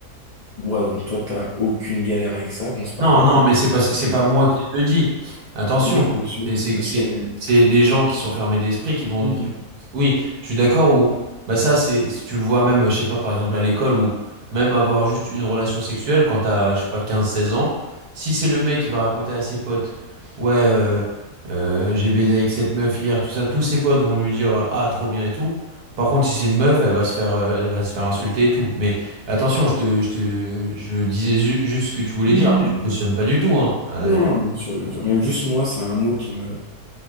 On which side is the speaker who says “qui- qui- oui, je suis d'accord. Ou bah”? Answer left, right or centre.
Right